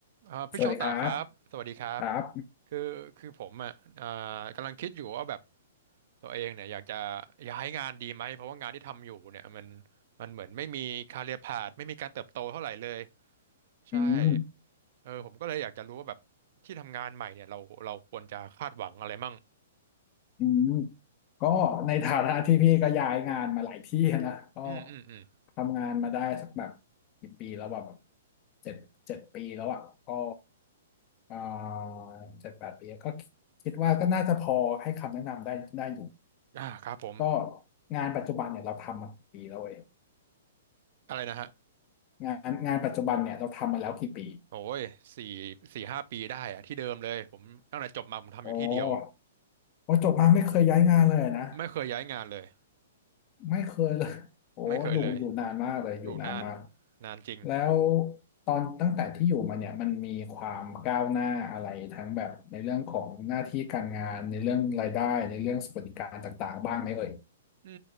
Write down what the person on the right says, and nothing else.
เอ่อพี่โชตะครับสวัสดีครับ
คือคือผมอ่ะเอ่อกำลังคิดอยู่ว่าแบบตัวเองเนี่ยอยากจะย้ายงานดีไหมเพราะว่างานที่ทำอยู่เนี่ยมันมันเหมือนไม่มีคาเรียพาธไม่มีการเติบโตเท่าไหร่เลยใช่
เออผมก็เลยอยากจะรู้ว่าแบบที่ทำงานใหม่เนี่ยเราเราควรจะคาดหวังอะไรมั่ง
อืมอืมอืม
อ่าครับผม
อะไรนะฮะ
โอ้ยสี่สี่ห้าปีได้อะที่เดิมเลยผมตั้งแต่จบมาผมทำอยู่ที่เดียว
ไม่เคยย้ายงานเลย
ไม่เคยเลยอยู่นานนานจริง
อื